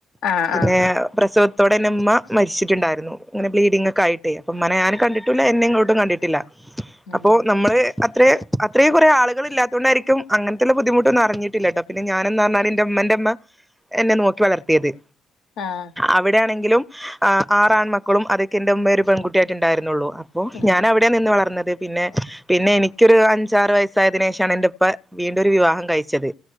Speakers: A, on the left; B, in the centre.
A: ആഹ്
B: പിന്നെ
A: ആഹ്
B: പ്രസവ ത്തോടെ ഇൻ്റെമ്മ മരിച്ചിട്ടിണ്ടായിരുന്നു അങ്ങനെ ബ്ലീഡിംങ് ഒക്കെ ആയിട്ടെ അപ്പ ഇമ്മാനെ ഞാൻ കണ്ടിട്ടില്ല എന്നെ ഇങ്ങോട്ടും കണ്ടിട്ടില്ല
A: ഉം
B: അപ്പോ നമ്മള് അത്രെ അത്രീം കൊറെ ആളുകൾ ഇല്ലാത്തോണ്ടാരിക്കും അങ്ങനത്തുള്ള ബുദ്ധിമുട്ടൊന്നും അറിഞ്ഞിട്ടില്ല ട്ടോ പിന്നെ ഞാൻ എന്ന് പറഞ്ഞാല് എന്റെ ഉമ്മന്റെ അമ്മ എന്നെ നോക്കി വളർത്തിയത്
A: ആഹ്
B: അവിടെയാണെ ങ്കിലും ആ ആറാൺമക്കളും അതൊക്കെ ആന്റെ ഉമ്മേ ഒരു പെൺകുട്ടിയായിട്ടിണ്ടായിരുന്നുള്ളൂ അപ്പം
A: ആഹ്
B: ഞാൻ അവിടെയാ നിന്ന് വളർന്ന അത് പിന്നെ പിന്നെ എനി എനിക്കൊരു അഞ്ചാറ് വയസ്സായതിനു ശേഷമാണ് എന്റെ ഉപ്പ വീണ്ടും ഒരു വിവാഹം കഴിച്ചത്